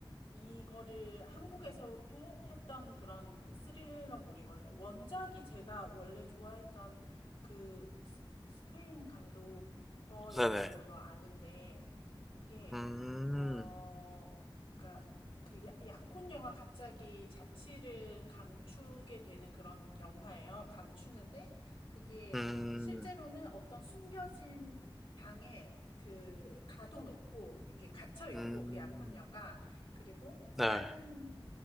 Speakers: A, on the left; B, in the centre.
A: 이거를 한국에서도 했던 그런 스릴러물이거든요. 원작이 제가 원래 좋아했던 그 스- 스페인 감독 거였던
B: 네네.
A: 걸로 아는데, 이게,
B: 음,
A: 어, 그니까 그 야- 약혼녀가 갑자기 자취를 감추게 되는 그런 영화예요. 감추는데, 그게
B: 음,
A: 실제로는 어떤 숨겨진 방에 그 가둬놓고 이렇게 갇혀 있고
B: 음,
A: 그 약혼녀가 그리고
B: 네.
A: 다른